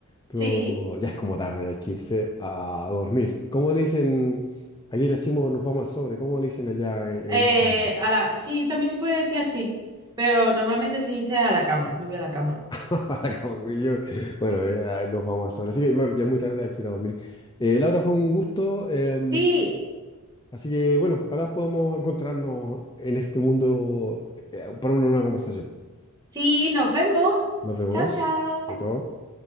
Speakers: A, on the left; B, on the right.
A: pero
B: sí.
A: ya es como tarde, hay que irse a dormir. ¿Cómo le dicen? Aquí le decimos nos vamos al sobre, ¿cómo le dicen allá e-
B: Eh,
A: en España?
B: a la, sí, también se puede decir así, pero normalmente se dice a la cama, me voy a la cama.
A: <laughs> Para Como que yo- bueno, eh, nos vamos al sobre. Así que, bueno, ya es muy tarde, hay que ir a dormir. Eh, Laura, fue un gusto. eh,
B: Sí,
A: Así que bueno, ojalá podamos encontrarnos en este mundo eh, para una nueva conversación.
B: sí, nos vemos.
A: Nos vemos.
B: Chao, chao.
A: Chao. chao.